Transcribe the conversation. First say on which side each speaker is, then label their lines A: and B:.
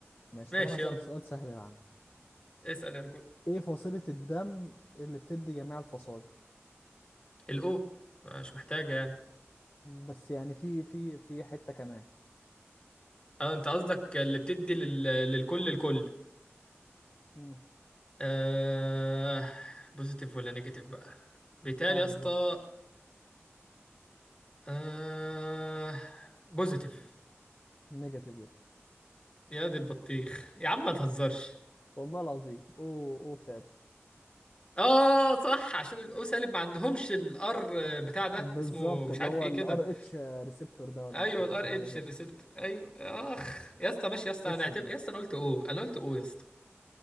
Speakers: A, on the left (about 40°); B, on the left (about 25°).
A: ماشي
B: ماشي
A: طب أنا هسألك
B: يلا
A: سؤال سهل يا عم
B: اسأل يا رجل
A: إيه فصيلة الدم اللي بتدي جميع الفصائل
B: الاو مش محتاجة يعني
A: بس يعني في في في حتة كمان
B: اه انت قصدك اللي بتدي لل... للكل الكل
A: مم.
B: آه... بوزيتيف ولا نيجاتيف بقى بيتهيألي
A: أه
B: يا
A: بالظبط
B: اسطى آه... بوزيتيف
A: نيجاتيف يس
B: يا دي البطيخ يا عم ما تهزرش
A: والله العظيم أوه أوه ساد
B: اه صح عشان الاو سالب ما عندهمش الار بتاع ده
A: بالظبط
B: اسمه مش
A: اللي
B: عارف
A: هو
B: ايه
A: الار
B: كده
A: اتش ريسبتور ده ولا
B: ايوه
A: مش فاكر
B: الار
A: ايه حاجه
B: اتش
A: كده
B: الريسبتور ايوه اخ يا اسطى ماشي يا اسطى
A: خش
B: انا اعتبر
A: يا ابني
B: يا اسطى انا قلت او انا قلت او يا اسطى